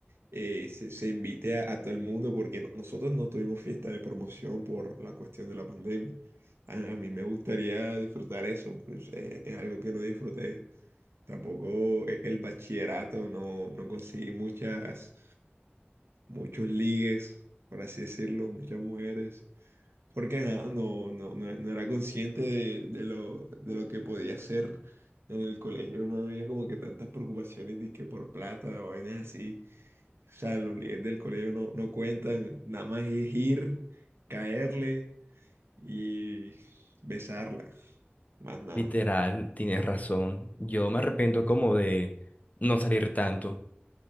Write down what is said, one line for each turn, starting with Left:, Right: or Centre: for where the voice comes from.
Right: eh, se, se invite a, a todo el mundo porque no- nosotros no tuvimos fiesta de promoción por la cuestión de la pandemia. A, a mí me gustaría disfrutar eso, pues eh, es algo que no disfruté. Tampoco e- el bachillerato, no, no conseguí muchas, muchos ligues, por así decirlo, muchas mujeres. Porque ajá, no, no, no, no era consciente de, de lo, de lo que podía hacer en el colegio. No había como que tantas preocupaciones de que por plata o vainas así. O sea, los líderes del colegio no, no cuentan, nada más es ir, caerle y besarla, más nada.
Left: Literal, tienes razón. Yo me arrepiento como de no salir tanto.